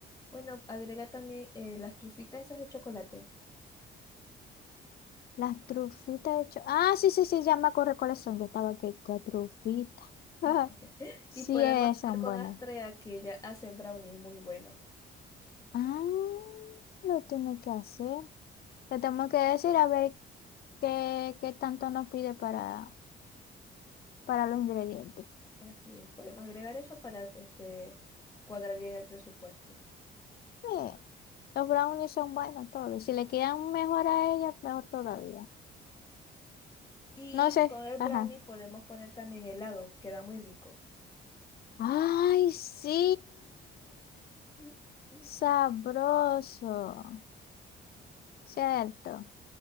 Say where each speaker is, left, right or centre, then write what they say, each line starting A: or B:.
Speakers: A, on the left; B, on the left.
A: Bueno, agrega también eh, las trufitas esas de chocolate.
B: Las trufitas de cho- Ah, sí, sí, sí, ya me acuerdo cuáles son. Yo estaba aquí con trufitas. <laughs>
A: <laughs>
B: Sí,
A: Y podemos
B: eh,
A: estar
B: son
A: con
B: buenos.
A: Astrea, que ella hace brownies muy buenos.
B: Ah, lo tiene que hacer. Le tenemos que decir a ver qué, qué tanto nos pide para, para los ingredientes.
A: Así es, podemos agregar eso para este, cuadrar bien el presupuesto.
B: Eh, los brownies son buenos todos. Si le quedan mejor a ella, mejor todavía.
A: Y
B: No sé.
A: con el brownie
B: Ajá.
A: podemos poner también helado, queda muy rico.
B: Ay, sí.
A: <laughs>
B: Sabroso. Cierto.